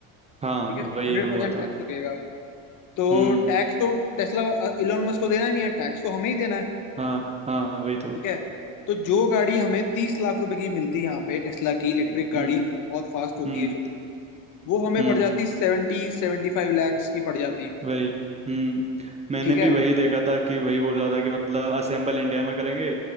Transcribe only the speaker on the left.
ठीक है
हंड्रेड
परसेंट टैक्स
लगेगा तो
टैक्स तो टेस्ला इलोन मस्क को देना ही नहीं है टैक्स तो हमें ही देना है
ठीक है तो जो गाड़ी हमें तीस लाख रुपए की मिलती है यहाँ पे टेस्ला की इलेक्ट्रिक गाड़ी
बहुत फास्ट होती
है जो वो हमें
पड़ जाती सेवेंटी सेवेंटी फाइव लैक्स की पड़ जाती
ठीक
है